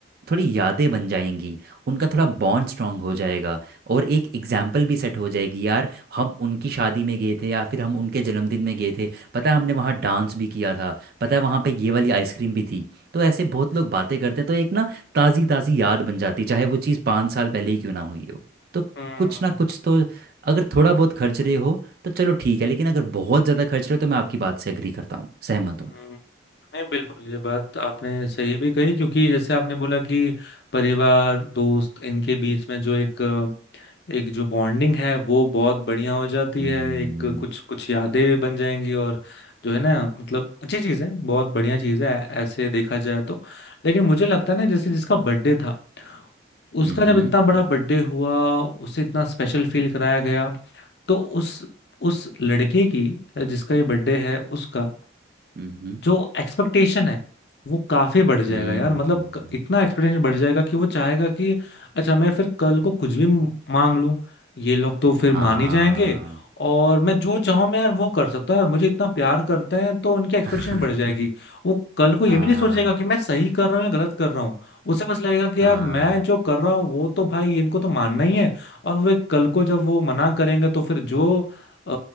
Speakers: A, on the right; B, on the left.
A: थोड़ी यादें बन जाएंगी उनका थोड़ा बॉन्ड स्ट्रांग हो जाएगा और एक एग्जाम्पल भी सेट हो जाएगी यार हम उनकी शादी में गए थे या फिर हम उनके जन्मदिन में गए थे पता है हमने वहाँ डांस भी किया था पता है वहाँ पे ये वाली आइसक्रीम भी थी तो ऐसे बहुत लोग बातें करते हैं तो एक ना ताज़ी ताज़ी याद बन जाती है, चाहे वो चीज़ पाँच साल पहले ही क्यों ना हुई हो तो
B: हम्म,
A: कुछ ना कुछ तो अगर थोड़ा बहुत खर्च रहे हो तो चलो ठीक है लेकिन अगर बहुत ज़्यादा खर्च रहे हो तो मैं आपकी बात से अग्री करता हूँ सहमत हूँ
B: हम्म, नहीं बिल्कुल ये बात आपने सही भी कही क्योंकि जैसे आपने बोला कि परिवार दोस्त इनके बीच में जो एक एक जो बॉन्डिंग है वो बहुत बढ़िया हो जाती
A: हम्म
B: है एक कुछ कुछ यादें बन जाएंगी और जो है ना मतलब अच्छी चीज़ है बहुत बढ़िया चीज़ है ऐसे देखा जाए तो लेकिन मुझे लगता है ना जैसे जिसका बर्थडे था उसका
A: हम्म
B: जब इतना बड़ा बर्थडे हुआ उसे इतना स्पेशल फील कराया गया तो उस उस लड़के की जिसका ये बर्थडे है उसका
A: हम्म
B: जो एक्सपेक्टेशन है वो काफी बढ़ जाएगा
A: हम्म
B: यार मतलब क- इतना एक्सपेक्टेशन बढ़ जाएगा कि वो चाहेगा कि अच्छा मैं फिर कल को कुछ भी म- मांग लूं ये लोग तो फिर मान
A: हाँ
B: ही जाएंगे और मैं जो चाहूं मैं यार वो कर सकता हूँ यार मुझे इतना प्यार करते हैं तो उनकी एक्सपेक्टेशन
A: <laughs>
B: बढ़ जाएगी वो कल को ये
A: हाँ
B: भी नहीं सोचेगा कि मैं सही कर रहा हूँ या गलत कर रहा हूँ उसे बस लगेगा कि यार
A: हाँ
B: मैं जो कर रहा हूँ वो तो भाई इनको तो मानना ही है और वे कल को जब वो मना करेंगे तो फिर जो अ,